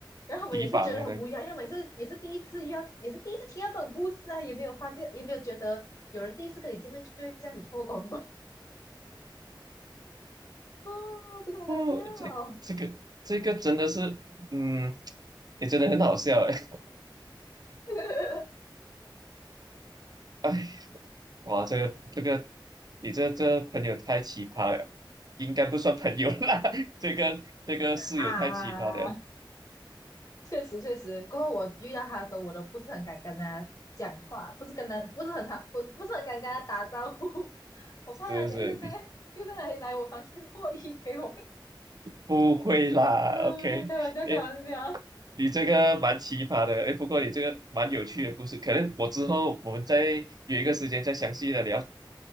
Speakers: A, on the left (about 45°); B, on the right (about 50°).
A: 然后他们也是觉得很无语啊，
B: 提防的，
A: 因为他们也是也是第一次遇到，也是第一次听到这种故事啊，也没有发现，也没有觉得有人第一次跟你见面就会这样子脱光光啊 <laughs>，真的很好笑
B: 哦，这这个这个真的是，嗯，也真的很好笑哎。
A: <laughs>，
B: <laughs> 哇，这个这个，你这这朋友太奇葩了，应该不算朋友啦。<laughs> 这个这个室友太奇葩了，
A: 啊，啊确实确实，过后我遇到他的时候，我都不是很敢跟他讲话，不是跟他不是很好，不不是很敢跟他打招呼，<laughs> 我怕他等一下又在又在来来我房间脱衣给我看。
B: 是不是？你不会啦，OK？
A: <laughs> 嗯，开玩笑，
B: 诶，
A: 开玩笑
B: 你这个蛮奇葩的，诶，不过你这个蛮有趣的故事，可能我之后我们再约一个时间再详细的聊，